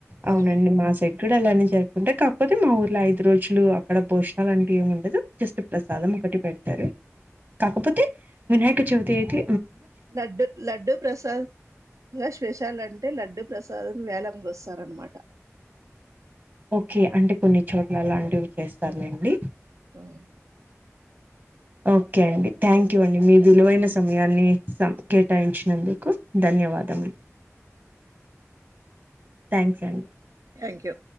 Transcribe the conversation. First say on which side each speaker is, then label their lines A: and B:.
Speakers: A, on the right; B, on the right.
A: అవునండి
B: అవును
A: మా సైడ్ గూడ లానే జరుపుకుంటే కాకపోతే మా ఊర్లో ఐదు రోజులు అక్కడ భోజనాలంటూ ఏముండదు జస్ట్ ప్రసాదం ఒకటి పెడతారు కాకపోతే వినాయకచవితైతే
B: లడ్డు లడ్డు ప్రసాదంగ స్పెషాలు అంటే లడ్డు ప్రసాదం వేలం గొస్తారనమాట
A: ఓకే అంటే కొన్ని చోట్ల అలాంటివివి చేస్తారులేండి
B: అవు
A: ఓకే అండి థ్యాంక్ యూ అండి మీ విలువైన సమయాన్ని కేటాయించినందుకు ధన్యవాదములు థ్యాంక్స్ అండి
B: థ్యాంక్ యూ